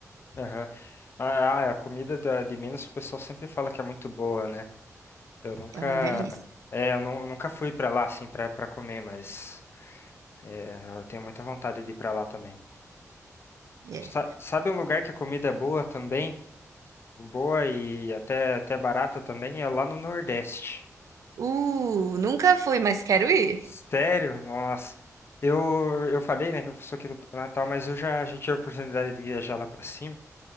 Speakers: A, on the left (about 45°); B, on the right (about 70°).
A: Aham. Ah, ah, a comida da- de Minas o pessoal sempre fala que é muito boa, né? Eu nunca,
B: É uma delícia,
A: é, eu nu- nunca fui pra lá assim pra para comer, mas é, eu tenho muita vontade de ir pra lá também.
B: é.
A: Sa- sabe um lugar que a comida é boa também, boa e até até barata também é lá no Nordeste.
B: Uh, nunca fui, mas quero ir.
A: Sério? Nossa. Eu eu falei, né, que eu sou aqui do Paraná e tal, mas eu já já tive a oportunidade de viajar lá pra cima.